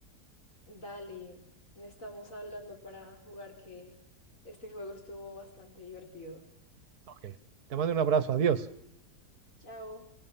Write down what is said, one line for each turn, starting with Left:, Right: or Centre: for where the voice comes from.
Left: Dale, estamos hablando para jugar que este juego estuvo bastante divertido.
Right: Ok. Te mando un abrazo. Adiós.
Left: Chao.